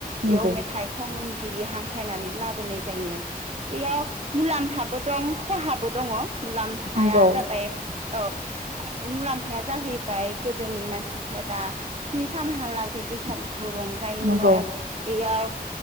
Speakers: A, on the right; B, on the right.
A: बेयाव
B: नंगौ
A: मेथाइ खन गिरि हांख्रायनानै लाबोनाय जायो बेयाव मुलाम्फाबो दं खहाबो दङ। मुलाम्फाया
B: नंगौ
A: जाबाय औ मुलाम्फाया जाहैबाय गोदोनि मानसिफोरा स्नि सानहालागै बैसागु खौ रंजायोमोन
B: नंगौ
A: बेयाव